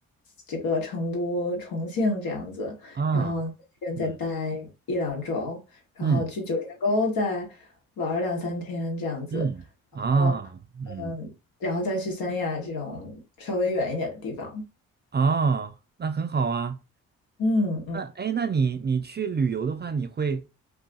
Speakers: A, on the left (about 65°); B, on the right (about 30°).
A: 这个成都、重庆这样子，
B: 啊嗯
A: 然后在那边再待一两周，然后去九寨沟再玩儿两三天这样子，
B: 嗯嗯啊嗯
A: 然后嗯，然后再去三亚这种稍微远一点的地方。
B: 啊，那很好啊。
A: 嗯嗯
B: 那哎，诶那你你去旅游的话，你会